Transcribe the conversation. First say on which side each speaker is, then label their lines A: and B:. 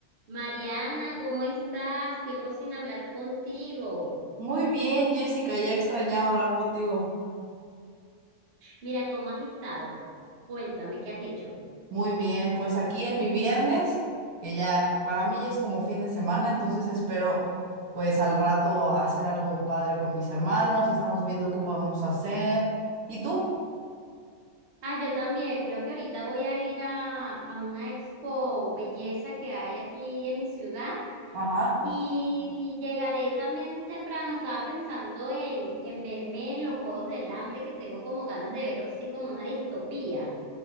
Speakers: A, on the right; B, on the right.
A: Mariana, ¿cómo estás? Tiempo sin hablar contigo.
B: Muy bien, Jessica, ya extrañaba hablar contigo.
A: Mira, ¿cómo has estado? Cuéntame, ¿qué has hecho?
B: Muy bien, pues aquí en mi viernes, que ya para mí ya es como fin de semana, entonces espero pues al rato hacer algo padre con mis hermanos, estamos viendo qué podemos hacer. ¿Y tú?
A: Ah, yo también, creo que ahorita voy a ir a, a una expo belleza que hay aquí en mi ciudad
B: Ajá.
A: y llegaré también temprano. Estaba pensando en, en verme los Juegos del Hambre que tengo como ganas de ver, así como una distopía.